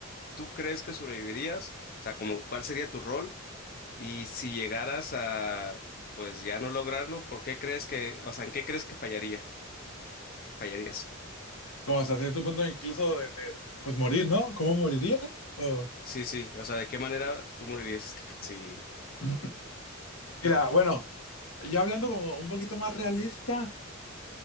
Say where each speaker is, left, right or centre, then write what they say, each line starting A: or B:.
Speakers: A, on the left; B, on the left.
A: tú crees que sobrevivirías? O sea, como, ¿cuál sería tu rol? Y si llegaras a, pues ya no lograrlo, ¿por qué crees que, o sea, en qué crees que fallaría? Fallarías.
B: Como hasta cierto punto incluso de, de, pues morir, ¿no? ¿Cómo moriría? O...
A: Sí, sí, o sea, ¿de qué manera tú morirías? Sí,
B: <clears throat> Mira, bueno, ya hablando como un poquito más realista,